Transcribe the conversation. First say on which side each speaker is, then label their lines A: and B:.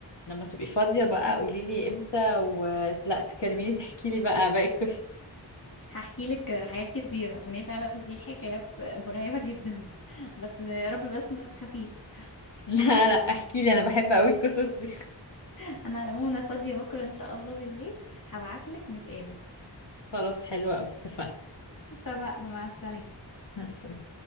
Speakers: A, on the left; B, on the left.
A: لما تبقي فاضية بقى قوليلي امتى ولا تكلميني تحكيلي بقى باقي القصص
B: هحكي لك حاجات كتيرة عشان هي فعلا في حكايات مرعبة جدا <laughs> بس يا رب بس ما تخافيش <laughs>
A: <laughs> لا لا احكيلي انا بحب قوي القصص دي
B: انا على العموم انا فاضية بكرة ان شاء الله بالليل هبعت لك نتقابل
A: <laughs> خلاص حلوة قوي اتفقنا
B: اتفقنا مع السلامة
A: مع السلامة